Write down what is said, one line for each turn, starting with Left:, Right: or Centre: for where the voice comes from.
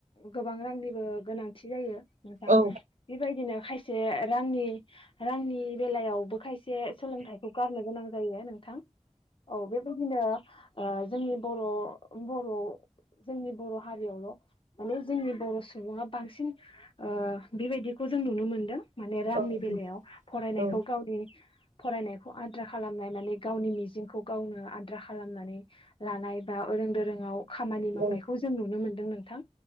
Left: गोबां रांनिबो गोनांथि जायो नोंथां
Right: औ
Left: बेबायदिनो खायसे रांनि रांनि बेलायाव बो खायसे सोलोंथाइखौ गारनो गोनां जायो नोंथां औ बे जोंनि बर' बर' जोंनि बर' हारियावल' माने जोंनि बर' सुबुङा बांसिन ओ बेबायदिखौ जों नुनो मोनदों माने रांनि
Right: औ नंगौ
Left: बेलायाव फरायनायखौ
Right: औ
Left: गावनि फरायनायखौ आद्रा खालामनाय माने गावनि मिजिंखौ गावनो आद्रा खालामनानै लानाय बा ओरों दोरोङआव खामानि मावनायखौ
Right: औ
Left: जों नुनो मोनदों नोंथां।